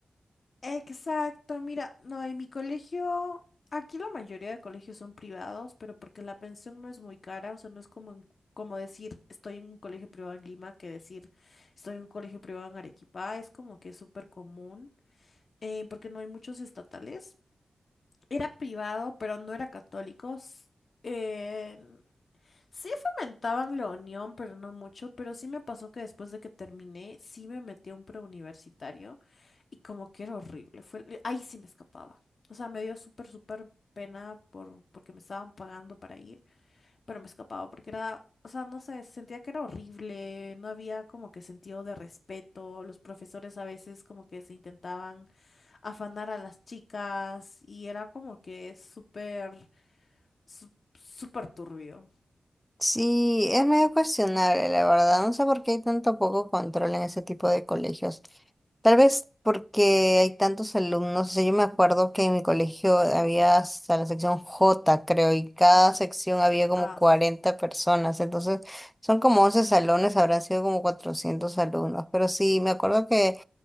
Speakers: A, on the left (about 60°); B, in the centre.
A: Exacto, mira, no, en mi colegio, aquí la mayoría de colegios son privados, pero porque la pensión no es muy cara, o sea, no es como, en- como decir estoy en un colegio privado en Lima que decir estoy en un colegio privado en Arequipa, es como que es súper común eh, porque no hay muchos estatales. era privado, pero no era católicos. Eh, sí fomentaban la unión, pero no mucho, pero sí me pasó que después de que terminé, sí me metí a un preuniversitario y como que era horrible, fue, eh, ahí sí me escapaba. O sea, me dio súper, súper pena por, porque me estaban pagando para ir, pero me escapaba porque era, o sea, no sé, sentía que era horrible, no había como que sentido de respeto, los profesores a veces como que se intentaban afanar a las chicas y era como que súper, su- súper turbio.
B: Sí, es medio cuestionable, la verdad. No sé por qué hay tanto poco control en ese tipo de colegios. Tal vez porque hay tantos alumnos. O sea, yo me acuerdo que en mi colegio había hasta la sección J, creo, y cada
A: Ujú.
B: sección había como
A: Ah,
B: 40
A: su-
B: personas. Entonces, son como 11 salones, habrán sido como 400 alumnos. Pero sí, me acuerdo que